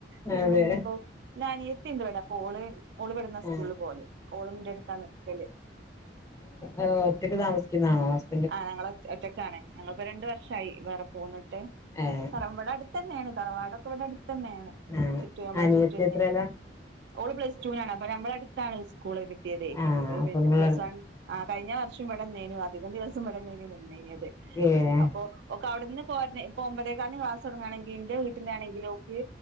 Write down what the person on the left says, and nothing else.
അതെ
ആഹ്
ഓഹ് ഒറ്റക്ക് താമസിക്കുന്നാണോ ഹസ്
ഏഹ്
ആഹ്
അനിയത്തി
എത്രേലാ
ആഹ് അപ്പൊ
ഇങ്ങള്
ഏഹ്